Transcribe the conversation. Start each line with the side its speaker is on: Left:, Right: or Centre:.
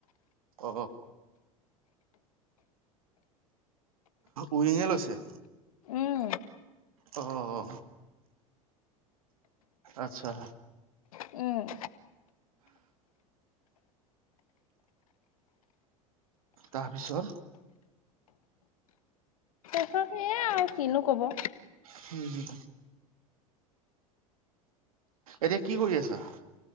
Right: অ উৰিঙে লৈছে
Left: উম
Right: অ অ অ আচ্ছা
Left: উম
Right: তাৰপিছত
Left: <unintelligible> আৰু কিনো ক'ব
Right: হুম হুম এতিয়া কি কৰি আছা